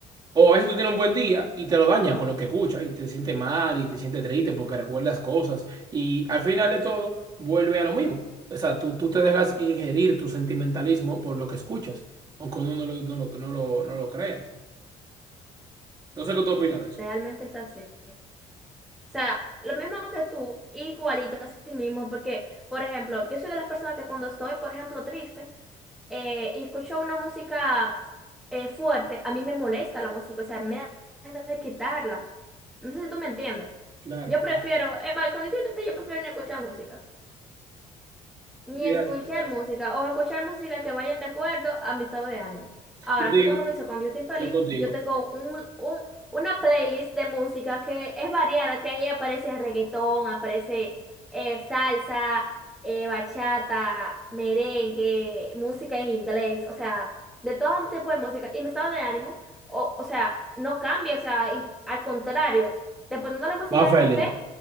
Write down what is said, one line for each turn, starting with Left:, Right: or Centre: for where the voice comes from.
Right: o a veces tú tienes un buen día y te lo daña con lo que escuchas y te sientes mal y te sientes triste porque recuerdas cosas y al final de todo vuelve a lo mismo. O sea, tú, tú te dejas ingerir tu sentimentalismo por lo que escuchas, aunque uno no lo, no lo, no lo, no lo crea. No sé qué tú opinas de eso.
Centre: realmente es así. O sea, lo mismo que tú, igualito a sí mismo, porque, por ejemplo, yo soy de las personas que cuando estoy, por ejemplo, triste, eh, y escucho una música eh, fuerte, a mí me molesta la música, o sea, me dan ganas de quitarla. No sé si tú me entiendes.
Right: Claro,
Centre: Yo
Right: claro.
Centre: prefiero, es más, cuando estoy triste, yo prefiero ni escuchar música ni
Right: Yes,
Centre: escuchar
Right: yes.
Centre: música o escuchar música que vayan de acuerdo a mi estado de ánimo. Ahora,
Right: Yo te
Centre: así
Right: digo,
Centre: como tú dices, cuando yo estoy feliz,
Right: estoy contigo.
Centre: yo tengo un, un- una playlist de música que es variada, que ahí aparece reggaetón, aparece eh, salsa, eh, bachata, merengue, música en inglés, o sea, de todo tipo de música. Y mi estado de ánimo, o, o sea, no cambia, o sea, y- al contrario, dependiendo de la música
Right: Va, Félix.
Centre: que esté,